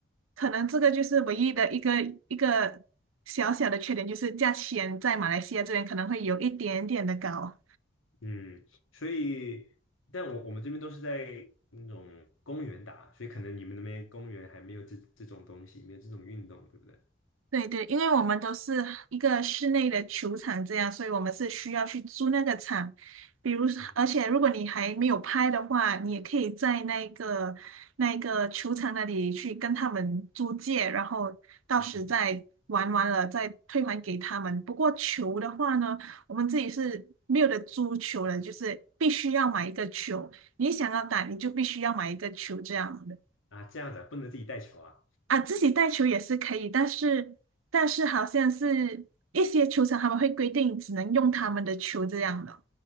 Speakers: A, on the right; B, on the left.
A: 可能这个就是唯一的一个一个小小的缺点，就是价钱在马来西亚这边可能会有一点点的高。
B: 嗯，所以，但我我们这边都是在那种公园打，所以可能你们那边公园还没有这这种东西，没有这种运动，对不对？
A: 对对，因为我们都是一个室内的球场这样，所以我们是需要去租那个场。比如，
B: 嗯
A: 而且如果你还没有拍的话，你也可以在那个那个球场那里去跟他们租借，然后到时再玩完了再退还给他们。
B: 嗯，
A: 不过球的话呢，我们自己是没有的，租球的，就是必须要买一个球。你想要打，你就必须要买一个球这样的。
B: 啊，这样子啊，不能自己带球啊。
A: 啊，自己带球也是可以，但是但是好像是一些球场他们会规定只能用他们的球这样的。